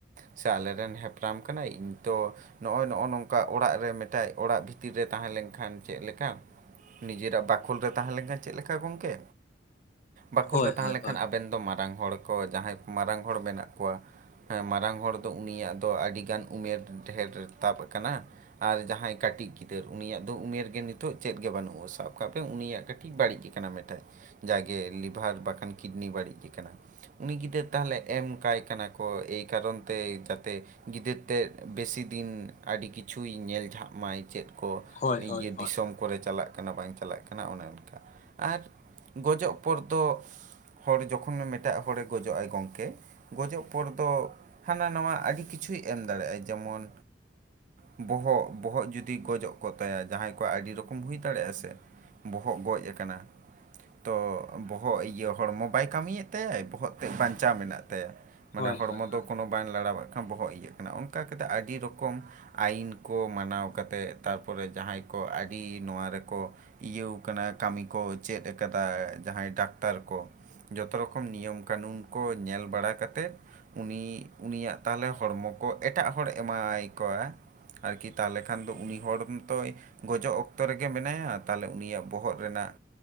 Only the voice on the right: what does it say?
ᱥᱮ ᱟᱞᱮᱨᱮᱱ ᱦᱮᱯᱨᱟᱢ ᱠᱟᱱᱟᱭ ᱤᱧ ᱛᱚ ᱱᱚᱜᱼᱚᱭ ᱱᱚᱜᱼᱚ ᱱᱚᱝᱠᱟ ᱚᱲᱟᱜ ᱨᱮ ᱢᱤᱫᱴᱟᱭ ᱚᱲᱟᱜ ᱵᱷᱤᱛᱤᱨ ᱨᱮ ᱛᱟᱦᱮᱸ ᱞᱮᱱᱠᱷᱟᱱ ᱪᱮᱫ ᱞᱮᱠᱟ ᱱᱤᱡᱮᱨᱟᱜ ᱵᱟᱠᱷᱳᱞ ᱨᱮ ᱛᱟᱦᱮᱸ ᱞᱮᱱᱠᱷᱟᱱ ᱪᱮᱫ ᱞᱮᱠᱟ ᱜᱚᱢᱠᱮ ᱵᱟᱠᱷᱳᱞ
ᱨᱮ ᱛᱟᱦᱮᱸ
ᱞᱮᱱᱠᱷᱟᱱ
ᱟᱵᱮᱱ ᱫᱚ ᱢᱟᱨᱟᱝ ᱦᱚᱲ ᱠᱚ ᱡᱟᱦᱟᱸᱭ ᱠᱚ ᱢᱟᱨᱟᱝ ᱦᱚᱲ ᱢᱮᱱᱟᱜ ᱠᱚᱣᱟ᱾ ᱦᱮᱸ ᱢᱟᱨᱟᱝ ᱦᱚᱲ ᱫᱚ ᱩᱱᱤᱭᱟᱜ ᱫᱚ ᱟᱹᱰᱤ ᱜᱟᱱ ᱩᱢᱮᱨ ᱰᱷᱮᱨ ᱛᱟᱵ ᱟᱠᱟᱱᱟ᱾ ᱟᱨ ᱡᱟᱦᱟᱸᱭ ᱠᱟᱹᱴᱤᱡ ᱜᱤᱫᱟᱹᱨ ᱩᱱᱤᱭᱟᱜ ᱫᱚ ᱩᱢᱮᱨ ᱜᱮ ᱱᱤᱛᱚᱜ ᱪᱮᱫ ᱜᱮ ᱵᱟᱹᱱᱩᱜᱼᱟ ᱥᱟᱵ ᱠᱟᱜ ᱯᱮ ᱩᱱᱤᱭᱟᱜ ᱠᱟᱹᱴᱤᱡ ᱴᱷᱤᱠ ᱵᱟᱹᱲᱤᱡ ᱟᱠᱟᱱᱟ ᱢᱤᱫᱴᱮᱱ ᱡᱟᱜᱮ ᱞᱤᱵᱷᱟᱨ ᱵᱟᱠᱷᱟᱱ ᱠᱤᱰᱱᱤ ᱵᱟᱹᱲᱤᱡ ᱜᱮ ᱟᱠᱟᱱᱟ᱾ ᱩᱱᱤ ᱜᱤᱫᱟᱹᱨ ᱛᱟᱦᱚᱞᱮ ᱮᱢ ᱠᱟᱭ ᱠᱟᱱᱟ ᱠᱚ ᱮᱭ ᱠᱟᱨᱚᱱ ᱛᱮ ᱡᱟᱛᱮ ᱜᱤᱫᱟᱹᱨ ᱛᱮᱫ ᱵᱮᱥᱤ ᱫᱤᱱ ᱟᱹᱰᱤ ᱠᱤᱪᱷᱩᱭ ᱧᱮᱞ ᱡᱷᱟᱜ ᱢᱟᱭ ᱪᱮᱫ ᱠᱚ
ᱱᱤᱡᱮ
ᱫᱤᱥᱚᱢ
ᱠᱚᱨᱮ ᱪᱟᱞᱟᱜ ᱠᱟᱱᱟ ᱵᱟᱝ ᱪᱟᱞᱟᱜ ᱠᱟᱱᱟ ᱚᱱᱮ ᱚᱱᱠᱟ ᱟᱨ ᱜᱚᱡᱚᱜ ᱯᱚᱨ ᱫᱚ ᱦᱚᱲ ᱡᱚᱠᱷᱚᱱ ᱮᱴᱟᱜ ᱦᱚᱲᱮ ᱜᱚᱡᱚᱜᱼ ᱟᱭ ᱜᱚᱢᱠᱮ ᱜᱚᱡᱚᱜ ᱯᱚᱨ ᱫᱚ ᱦᱟᱱᱟ ᱱᱟᱣᱟ ᱟᱹᱰᱤ ᱠᱤᱪᱷᱩᱭ ᱮᱢ ᱫᱟᱲᱮᱭᱟᱜᱼ ᱟᱭ ᱡᱮᱢᱚᱱ ᱵᱚᱦᱚᱜ ᱵᱚᱦᱚᱜ ᱡᱩᱫᱤ ᱜᱚᱡᱚᱜ ᱠᱚᱜ ᱛᱟᱭᱟᱭᱟ ᱡᱟᱦᱟᱸᱭ ᱠᱚᱣᱟᱜ ᱟᱹᱰᱤ ᱨᱚᱠᱚᱢ ᱦᱩᱭ ᱫᱟᱲᱮᱭᱟᱜᱼᱟ ᱥᱮ ᱵᱚᱦᱚᱜ ᱜᱚᱡ ᱟᱠᱟᱱᱟ ᱛᱚ ᱵᱚᱦᱚᱜ ᱤᱭᱟᱹ ᱦᱚᱲᱢᱚ ᱵᱟᱭ ᱠᱟᱹᱢᱤᱭᱮᱫ ᱛᱟᱭᱟ ᱵᱚᱦᱚᱜ ᱛ ᱵᱟᱧᱪᱟᱣ ᱢᱮᱱᱟᱜ ᱛᱟᱭᱟ ᱢᱟᱱᱮ
ᱦᱚᱲᱢᱚ
ᱫᱚ
ᱠᱳᱱᱳ ᱵᱟᱝ ᱞᱟᱲᱟᱣᱟᱜ ᱠᱟᱱᱟ ᱵᱚᱦᱚᱜ ᱤᱭᱟᱹᱜ ᱠᱟᱱᱟ ᱚᱱᱠᱟ ᱠᱟᱛᱮᱮᱫ ᱟᱹᱰᱤ ᱨᱚᱠᱚᱢ ᱟᱹᱤᱱ ᱠᱚ ᱢᱟᱱᱟᱣ ᱠᱟᱛᱮᱫ ᱛᱟᱨᱯᱚᱨᱮ ᱡᱟᱦᱟᱸᱭ ᱠᱚ ᱟᱹᱰᱤ ᱱᱚᱣᱟ ᱨᱮᱠᱚ ᱤᱭᱟᱹᱣ ᱠᱟᱱᱟ ᱠᱟᱹᱢᱤ ᱠᱚ ᱪᱮᱫ ᱠᱟᱫᱟ ᱡᱟᱦᱟᱸᱭ ᱰᱟᱠᱛᱟᱨ ᱠᱚ ᱡᱚᱛᱚ ᱨᱚᱠᱚᱢ ᱱᱤᱭᱚᱢ ᱠᱟᱱᱱᱩᱱ ᱠᱚ ᱧᱮᱞ ᱵᱟᱲᱟ ᱠᱟᱛᱮᱫ ᱩᱱᱤ ᱩᱱᱤᱭᱟᱜ ᱛᱟᱦᱚᱞᱮ ᱦᱚᱲᱢᱚ ᱠᱚ ᱮᱴᱟᱜ ᱦᱚᱲ ᱮᱢᱟᱭ ᱠᱚᱣᱟ ᱟᱨᱠᱤ ᱛᱟᱦᱚᱞᱮ ᱠᱷᱟᱱ ᱫᱚ ᱩᱱᱤ ᱦᱚᱲᱛᱚᱭ ᱜᱚᱡᱚᱜ ᱚᱠᱛᱚ ᱨᱮᱜᱮ ᱢᱮᱱᱟᱭᱟ ᱛᱟᱦᱚᱞᱮ ᱩᱱᱤᱭᱟᱜ ᱵᱚᱦᱚᱜ ᱨᱮᱱᱟᱜ